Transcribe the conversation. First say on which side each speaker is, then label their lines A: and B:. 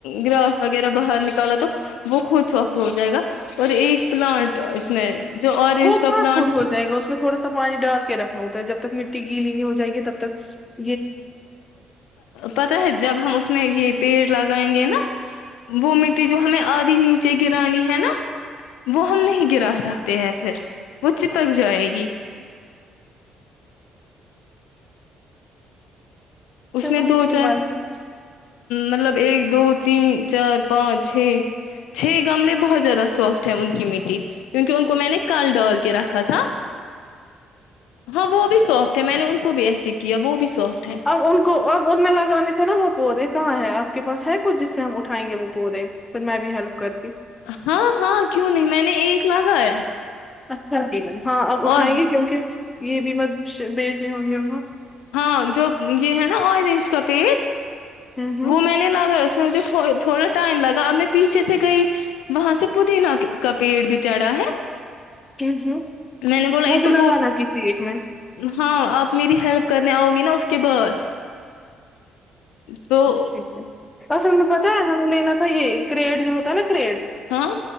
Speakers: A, on the left; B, on the left.
A: گراس وغیرہ باہر نکالا تو وہ خود سافٹ ہو جائے گا اور ایک پلانٹ اس میں جو اورینج
B: وہ
A: کا
B: کہاں
A: پلانٹ
B: خود ہو جائے گا اس میں تھوڑا سا پانی ڈال کے رکھنا ہوتا ہے جب تک مٹی گی لیین ہوائے گی تب تک ب
A: پت ہے جب ہم اس میں یہ پیڑ لگائیں گے نا وہ مٹی جو ہمیں آدھی نیچے گرانی ہے نا وہ ہم نہیں گرا سکتے ہیں پھر وہ چپک جائے گی اس
B: چلو
A: نے
B: آپ
A: دو
B: کی
A: چار
B: مرضی
A: مطلب ایک دو تین چار پانچ چھ چھ گملے بہت زیادہ سافٹ ہے ان کی مٹی کیونکہ ان کو میں نے کال ڈال کے رکھا تھا ہاں وہ بھی سافٹ ہے میں نے ان کو بھی ایسے کیا وہ بھی سافٹ اھے
B: اب ان کو اب ان میں لگانے تھے نا وہ پودے کہاں ہے آپ پس ہے کچ جس سے ہم اٹھائیں گے وہ پودے پھر میں بھی ہیلپ کرتی
A: ہاں ہاں کیوں نہیں میں نے ایک لگایا
B: اچھا ٹھیک ہے ہاں اب اٹھائیں
A: اور
B: گے کیونکہ یہ بھی مت بیچنے ہوں گی ہ
A: ہاں جو یہ ہے نا آرینج کا پیڑ
B: ہوں ہوں
A: وہ مہینے لاگا اس ہ جو ف تھوڑا ٹائم لگا ہمیں پیچھے سے گئی وہاں سے پودینہ کا پیڑ بھی چڑھا ہے
B: ہ ہوں
A: میں نے بولا
B: وہ
A: ایک
B: بھی
A: تو
B: لگانا کسی ایک میں
A: ہاں آپ میری ہیلپ کرنے آؤ گی نا اس کے بعد تو
B: ٹھیک ہے اصل میں پت ہے ہمیں لینا ب یہ کریڈ جو ہوتا ہے نا کریڈ
A: ہاں